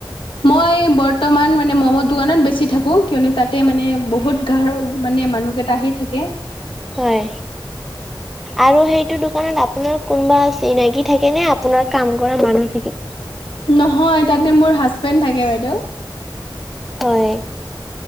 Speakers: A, on the left; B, in the centre.
A: মই বৰ্তমান মানে ম'ম' দোকানত বেছি থাকোঁ। কিয়নো, তাতে মানে বহুত গাৰ মানে মানুহকে আহি থাকে।
B: হয়।
A: <inaudible>
B: আৰু সেইটো দোকানত আপোনাৰ কোনোবা চিনাকি থাকে নে? আপোনাৰ কাম কৰা মানুহ থাকে?
A: নহয়, তাতে মোৰ হাজবেণ্ড থাকে বাইদেউ।
B: হয়।